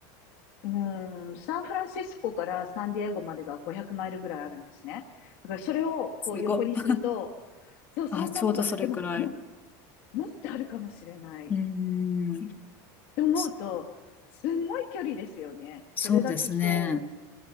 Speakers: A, on the left; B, on the left.
A: うん、サンフランシスコからサンディエゴまでが500マイルぐらいあるんですね。だからそれをこう横にすると、
B: すごい。
A: そう、そんなのがね、
B: あ、ちょうどそれくらい。
A: でも、ももっとあるかもしれないっ
B: うん。
A: て思うと、
B: そ
A: すんごい距離ですよね。
B: そうですね。
A: それだけこ